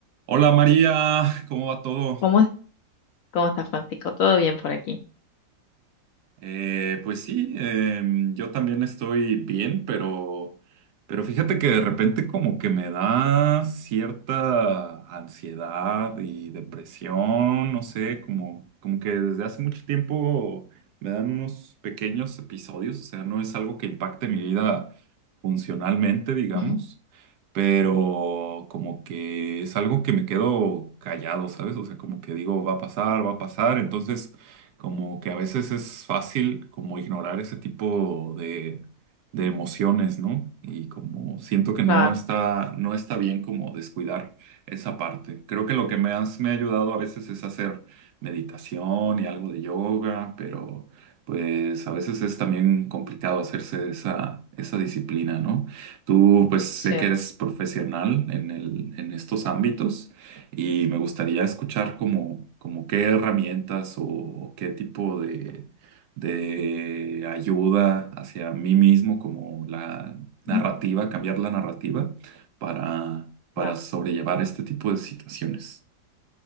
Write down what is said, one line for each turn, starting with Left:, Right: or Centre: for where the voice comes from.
Right: Hola María, ¿cómo va todo?
Left: ¿Cómo, es- cómo estás, Francisco? ¿Todo bien por aquí?
Right: Eh, pues sí, em, yo también estoy bien, pero, pero fíjate que de repente como que me da cierta ansiedad y depresión, no sé, como, como que desde hace mucho tiempo me dan unos pequeños episodios, o sea, no es algo que impacte mi vida funcionalmente, digamos,
Left: Mm,
Right: pero como que es algo que me quedo callado, ¿sabes? O sea, como que digo, va a pasar, va a pasar, entonces como que a veces es fácil como ignorar ese tipo de, de emociones, ¿no? Y como siento que no
Left: Claro,
Right: está, no está bien como descuidar esa parte. Creo que lo que me has, me ha ayudado a veces es hacer meditación y algo de yoga, pero pues a veces es también complicado hacerse esa, esa disciplina, ¿no? Tú pues sé
Left: cierto.
Right: que eres profesional en el, en estos ámbitos. Y me gustaría escuchar como, como qué herramientas o qué tipo de, de ayuda hacia mí mismo, como la narrativa,
Left: Mm,
Right: cambiar la narrativa para, para
Left: Claro.
Right: sobrellevar este tipo de situaciones.